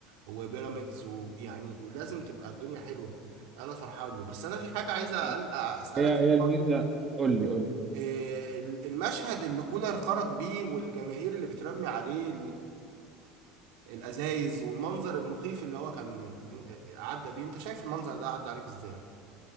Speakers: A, on the right; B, on the right.
A: وبيراميدز ويعني ولازم تبقى الدنيا حلوة انا فرحان له بس انا في حاجة عايز أقل-
B: آه.
A: اسألك
B: هي هي
A: فيها
B: الميزة
A: برضه
B: قول لي قول لي
A: إيه المشهد اللي كولر خرج بيه والجماهير اللي بترمي عليه الازايز والمنظر المخيف اللي هو كان إن- عدى بيه انت شايف المنظر ده عدى عليك ازاي